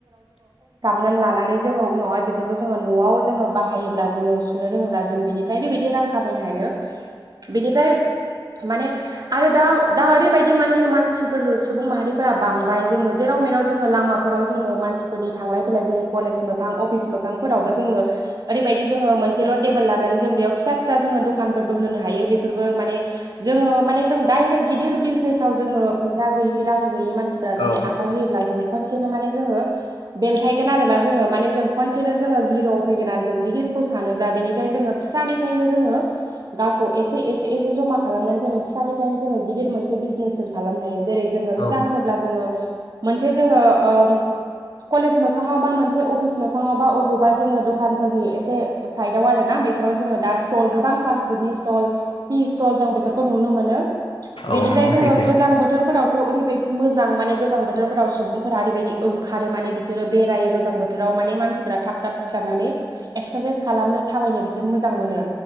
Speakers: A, on the right; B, on the left.
A: लानानै जोङो उनावहाय बेफोरखौ जोङो न'आव जोङो बाहायो। जोङो सुनो रोङोब्ला जों बिनिफ्राय बेबायदि रां खामायनो हायो। बेनिफ्राय माने आरो दा- दा ओरैबायदि माने मानसिफोर सुबुं माहारिफोरा बांबाय जोङो जेराव मेराव जोङो लामा <unintelligible> मानसिनि थांलाय फैलाया जेरै कलेज मोखां अफिस मोखांफोरावबो जों एरैबायदि जोङो मोनसेल' टेबोल लानानै जों बेयाव फिसा- फिसा जोङो दखानफोरबो होनो हायो। बेफोरबो माने जोङो माने जों डाइरेक्ट गिदिर बिजनेसाव जोङो फैसा गैयि रां गैयि <unintelligible> मानसिफोरा जाय
B: औ
A: आखाइ होयोब्ला जों खनसेनो माने जोङो बेलथायगोन आरो ना जोङो माने जों खनसेनो जोङो जिर'आव फैगोन आरो जों गिदिर <unintelligible> सानोब्ला बेनिफ्राय जोङो फिसानिफ्रायनो जोङो गावखौ एसे- एसे -एसे जमा खालामनानै जोङो फिसानिफ्रायनो जोङो गिदिर मोनसे बिजनेस खालामनो हायो जेरै जोङो फिसा
B: औ
A: होनोब्ला जोङो मोनसे जोङो ओ कलेज मोखाङावबा मोनसे अफिस मोखाङावबा बबावबा जोङो दखानफोरनि एसे साइदाव आरो ना बेफोराव जोङो दा स्टल गोबां पास्टफुडनि स्टल पि स्टल जों बेफोरखौ नुनो मोनो बेनिफ्राय
B: औ नंगौ
A: जोङो
B: सैथो
A: गोजां बोथोरफोरावथ' ओरैबायदि मोजां माने गोजां बोथोरफोराव सुबुंफोरा ओरैबायदि ओंखारो माने बिसोरो बेरायो गोजां बोथोराव माने मानसिफोरा थाब खाबथाब सिखारनानै एक्सारसाइस खालामनो थाबायनो बिसोर मोजां मोनो।